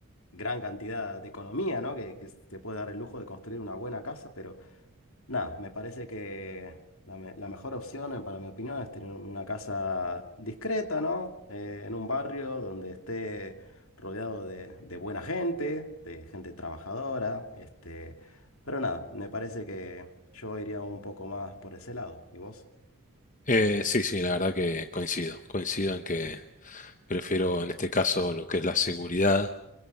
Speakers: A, on the left; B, on the left.
A: gran cantidad de economía, ¿no? Que, que se puede dar el lujo de construir una buena casa, pero Nada, me parece que la, me- la mejor opción, eh, para mi opinión, es tener una casa discreta, ¿no? Eh, en un barrio donde esté rodeado de, de buena gente, de gente trabajadora, este... Pero nada, me parece que yo iría un poco más por ese lado. ¿Y vos?
B: Eh, sí, sí, la verdad que coincido. Coincido en que prefiero en este caso lo que es la seguridad